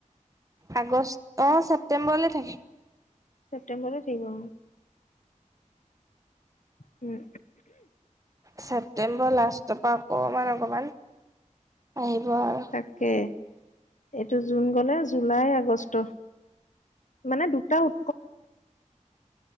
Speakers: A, on the right; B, on the left.
A: আগষ্ট অ, ছেপ্তেম্বৰলে থাকে।
B: ছেপ্টেম্বৰ থাকিব। উম,
A: ছেপ্তেম্বৰ লাষ্টৰ পৰা অকমান - অকমান আহিব। আৰু
B: তাকে। এইটো জুন গ'লে জুলাই আগষ্ট মানে দুটা উম,